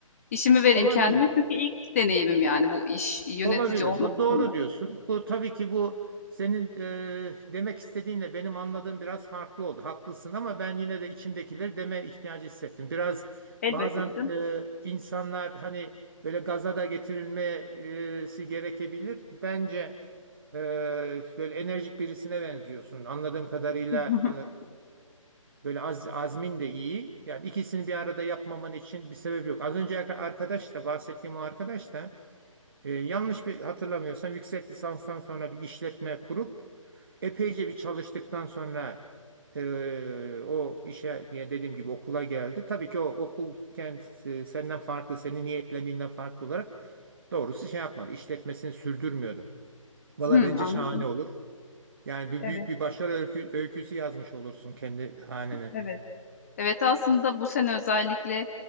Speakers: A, on the left; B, on the right.
A: İşimi vereyim
B: Olabilir.
A: kendime çünkü ilk deneyimim yani bu iş yönetici
B: Olabilir.
A: olma
B: Bu
A: kısmında.
B: doğru diyorsun. Bu tabii ki bu senin e, demek istediğinle benim anladığım biraz farklı oldu. Haklısın ama ben yine de içimdekileri deme ihtiyacı hissettim. Biraz
A: Elbette
B: bazen
A: bizim.
B: e, insanlar hani böyle gaza da getirilmesi gerekebilir. Bence e, böyle enerjik birisine benziyorsun. Anladığım kadarıyla
A: <laughs>
B: e, böyle az, azmin de iyi. Yani ikisini bir arada yapmaman için bir sebep yok. Az önce arkadaş da bahsettiğim o arkadaş da ee, yanlış bir hatırlamıyorsam yüksek lisanstan sonra bir işletme kurup epeyce bir çalıştıktan sonra e, o işe ya dediğim gibi okula geldi. Tabii ki o okul kendisi senden farklı, senin niyetlendiğinden farklı olarak doğrusu şey yapmadı. İşletmesini sürdürmüyordum. Valla
A: Hımm,
B: bence
A: anladım.
B: şahane olur. Yani bir
A: Evet,
B: büyük bir başarı öykü- öyküsü yazmış olursun kendi hanene.
A: evet. Evet, aslında bu sene özellikle,